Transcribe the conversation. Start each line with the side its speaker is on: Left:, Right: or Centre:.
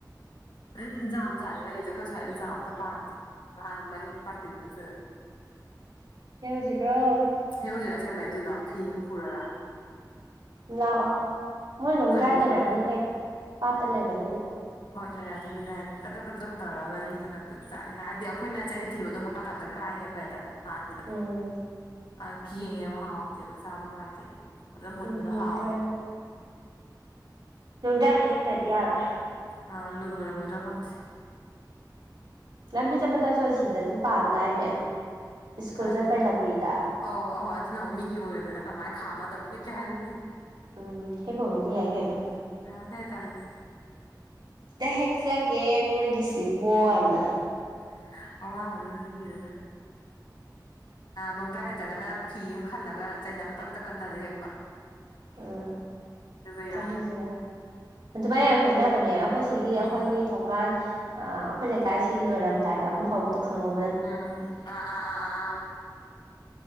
Left: ꯑꯩꯅ ꯖꯥꯝ ꯆꯥꯅꯤꯉꯦꯂꯩꯁꯦ ꯑꯈꯣꯏ ꯁ꯭ꯋꯥꯏꯗ ꯖꯥꯝ ꯑꯝꯇ ꯄꯥꯟꯗꯦ ꯅꯍꯥꯟ ꯃꯅꯤꯡ ꯄꯥꯛꯇꯤꯗꯨ ꯅꯠꯇꯗ <inaudible>
Right: ꯍꯦꯎꯖꯤꯔꯣ
Left: ꯍꯦꯎꯖꯤꯔꯥ ꯑꯁꯦꯡꯕꯩ ꯑꯗꯨꯗꯣ ꯐꯤ ꯑꯝ ꯄꯨꯔꯒ
Right: ꯂꯥꯛꯑꯣ ꯃꯣꯏ ꯅꯣꯡꯗ꯭ꯔꯥꯏ
Left: ꯈꯜꯂꯀꯥꯟꯗ
Right: ꯂꯩꯔꯝꯅꯤꯍꯦ ꯄꯥꯠꯇ ꯂꯩꯕꯅꯤꯅ
Left: ꯍꯣꯏ ꯂꯩꯔꯝꯅꯤ ꯑꯗꯨꯅꯦ ꯍꯥꯏꯗꯤ ꯀꯗꯔꯛ ꯀꯇ꯭ꯔꯛ ꯇꯧꯔꯒ ꯅꯤꯛꯑꯒ ꯑꯗꯨ ꯆꯥꯅꯤꯡ ꯍꯥꯏꯗꯤ ꯑꯈꯣꯏꯅ ꯆꯩꯅ ꯊꯤꯟꯕꯗꯣ ꯃꯈꯥ ꯇꯥꯕꯗ ꯀꯥꯏꯍꯦꯕ ꯍꯦꯇ ꯍꯥꯟꯒꯤꯗꯣ
Right: ꯎꯝ
Left: ꯑ ꯀꯦꯡꯉꯦꯕ ꯍꯥꯎꯇꯦꯕ ꯆꯥꯕ ꯅꯨꯡꯉꯥꯏꯇꯦꯕ ꯐꯖ ꯃꯨꯟꯕꯗ
Right: ꯎꯝ ꯂꯣꯡꯗ꯭ꯔꯥꯏꯅ
Left: ꯍꯥꯎꯋꯦ
Right: ꯅꯨꯡꯗꯥꯏꯗ ꯍꯦꯛꯇꯗꯤ ꯌꯥꯔꯣꯏ
Left: ꯑ ꯂꯣꯏꯕꯨ ꯂꯣꯏꯔꯝꯃꯗꯔꯥ ꯈꯪꯗꯦ
Right: ꯂꯝꯕꯤ ꯆꯠꯄ ꯆꯠꯁꯨ ꯁꯤꯗꯁꯨ ꯄꯥꯟꯗꯥꯏꯅꯦ ꯁ꯭ꯀꯨꯜ
Left: ꯀꯥꯏꯗ
Right: ꯆꯠꯄꯩ ꯂꯝꯕꯤꯗ
Left: ꯑꯧ ꯑꯧꯍꯣꯏ ꯑꯗꯨꯅ ꯑꯃꯨ ꯃꯤꯒꯤ ꯑꯣꯏꯗꯅ ꯀꯃꯥꯏꯅ ꯈꯥꯝꯃ ꯑꯗꯥꯃꯨꯛ ꯍꯦꯛꯀꯦ ꯍꯥꯏꯔꯅꯦ
Right: ꯎꯝ ꯍꯦꯛꯄꯕꯨꯗꯤ ꯌꯥꯏ ꯀꯩꯅꯣ
Left: <unintelligible> ꯇꯥꯜꯂꯤꯗ
Right: ꯇ ꯍꯦꯛꯆꯒꯦ ꯅꯣꯏꯒꯤꯁꯤꯕꯣ ꯍꯥꯏꯅ
Left: <unintelligible> ꯅꯣꯡꯗꯥ꯭ꯔ ꯂꯩꯇ꯭ꯔꯒꯅ ꯐꯤ ꯑꯃ ꯈꯜꯂꯒ ꯆꯩꯅ ꯐꯠꯇꯕꯇꯠ ꯀꯟꯊꯔ ꯍꯦꯛꯄ
Right: ꯎꯝ
Left: ꯑꯗꯨꯒ ꯌꯥꯅꯤ
Right: ꯑꯗꯨꯁꯨ ꯑꯗꯨꯃꯥꯏꯅ ꯌꯥꯝ ꯍꯦꯡꯅꯕꯅꯦ ꯑꯩꯈꯣꯏ ꯁꯤꯒꯤ
Left: ꯎꯝ
Right: ꯑꯩꯈꯣꯏꯒꯤ ꯊꯣꯡꯒꯥꯟ ꯑꯩꯈꯣꯏ ꯂꯩꯀꯥꯏꯁꯤ ꯂꯣꯏꯔꯝꯗꯥꯏꯗ ꯑꯃꯨꯛ ꯍꯧꯕꯗꯣ ꯈꯪꯍꯧ
Left: ꯎꯝ ꯑꯥ ꯑꯥ ꯑꯥ ꯑꯥ